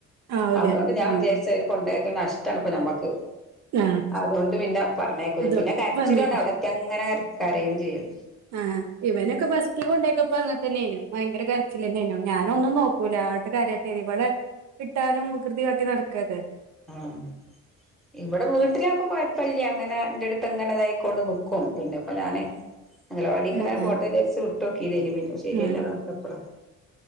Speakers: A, on the right; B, in the centre.
A: ആവൂലേ
B: അതുകൊണ്ട് ഞാൻ വിചാരിച്ച
A: ഉം
B: അവര് കൊണ്ടോക്കുന്നത് നഷ്ടാണ് ഇപ്പൊ ഞമ്മുക്ക്
A: ആഹ്
B: അതുകൊണ്ട് പിന്നെ പറഞ്ഞേക്കൂല്ല
A: അതോണ്ട്
B: പിന്നെ കരച്ചിലണ
A: പറഞ്ഞേക്ക
B: അവിടെത്തിയാൽ അങ്ങനെ കരയും ചെയ്യും
A: ആ ഇവനൊക്കെ ബസ്സില് കൊണ്ടക്കപ്പോ അങ്ങെ തന്നെയായിരുന്നു ഭയങ്കര കരച്ചിൽ തന്നെയ് നു ഞാനൊന്നും നോക്കൂല അങ്ങോട്ട് കരയട്ടെ ഇവിടെ ഇട്ടാലും വികൃതി കാട്ടി നടക്കല്ലേ-
B: ആഹ് - ഇവിടെ വീട്ടിലാവകുമ്പോ കുഴപ്പില്ല അങ്ങനെ എന്റെ അടുത്ത് ഇതാക്കിക്കൊണ്ട് നിക്കും പിന്നെ ഇപ്പോ ഞാന് അംഗനവാടിലേക്ക്
A: ആഹ് ആഹ്
B: പോട്ടെന്നു വിചാരിച്ച് വിട്ട് നോക്കീതാ ഇനി പിന്നെ ശെരിഅല്ലെന്ന്
A: ഉം
B: കണ്ടപ്പാളാ